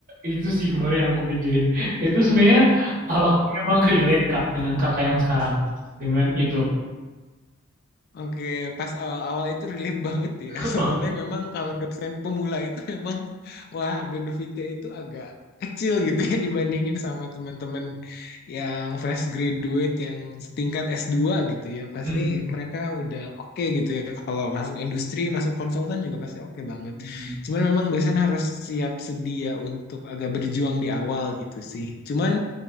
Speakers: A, on the right (about 45°); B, on the left (about 50°).
A: itu sih kemarin yang aku pikirin. Itu sebenarnya apakah memang relate Kak dengan kakak yang sekarang? Dengan itu.
B: Oke, pas awal-awal itu relate banget
A: <laughs>
B: ya. <laughs> Soalnya memang kalau dosen pemula itu memang wah benefitnya itu agak kecil gitu ya <laughs> dibandingin sama teman-teman yang fresh graduate yang setingkat s dua gitu ya. Pasti
A: Hmm.
B: mereka udah oke gitu ya. Kalau masuk industri, masuk konsultan juga pasti oke banget.
A: Hmm.
B: Cuman memang dosen harus siap sedia untuk agak berjuang di awal gitu sih. Cuman